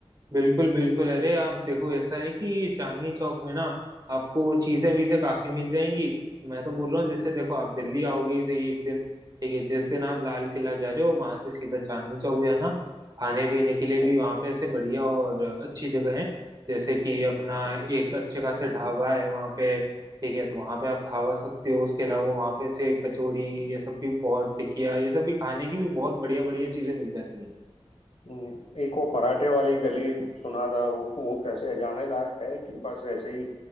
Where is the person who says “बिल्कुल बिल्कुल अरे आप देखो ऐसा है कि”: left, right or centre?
Right